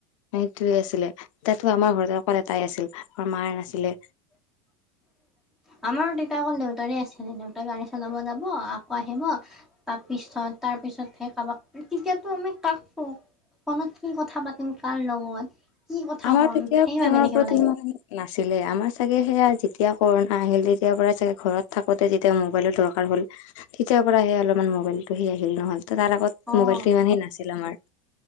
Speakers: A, on the left; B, in the centre.
A: সেইটোৱে আছিলে তাতো আমাৰ ঘৰত অকল এটাই আছিল আমাৰ মাৰ আছিলে।
B: <unintelligible> আমাৰ দেতা অকল দেউতাৰে আছিলে দেউতাই গাড়ী চলাব যাব আকৌ আহিব তাৰপিছত তাৰপিছত চত হে খাব ক্ৰিকেটো আমি কাক ক ও আমি কি কথা পাতিম কাৰণ লগত। কি কথা
A: আমাৰ
B: ক'ম
A: তেতিয়া
B: সেই
A: ফোনৰ
B: ভাবি থাকিব
A: প্ৰতিমান
B: লাগে
A: নাছিলে আমাৰ চাগে সেয়া। তেতিয়া কৰোণা আহিল তেতিয় পৰাই চাগে ঘৰত থাকোতে যেতিয়া মোবাইলৰ দৰকাৰ হ'ল তেতিয়াৰ পৰা আহে অলপমান। মোবাইল টো সি আহিল নহল তাৰ আগত
B: অ'।
A: মোবাইলটো ইমান সে নাছিল আমাৰ।